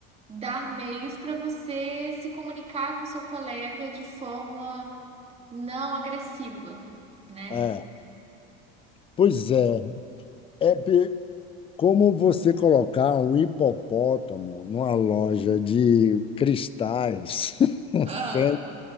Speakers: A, on the right (about 20°); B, on the left (about 20°).
A: dar meios para você se comunicar com seu colega de forma não agressiva, né?
B: é. Pois é, é pe- como você colocar um hipopótamo numa loja de cristais <laughs>
A: Ah,
B: sem,